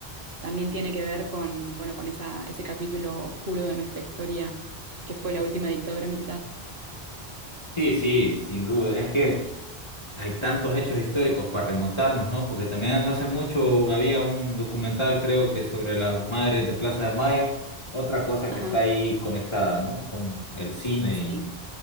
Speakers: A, on the right (about 75°); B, on the left (about 25°).
A: también tiene que ver con, bueno, con esa, ese capítulo oscuro de nuestra historia, que fue la última dictadura militar.
B: Sí, sí, sin duda. Es que Hay tantos hechos históricos para remontarnos, ¿no? Porque también no hace mucho había un documental, creo que sobre las madres de Plaza de Mayo, otra cosa
A: Ajá,
B: que está ahí conectada, ¿no? Como el cine
A: sí,
B: y,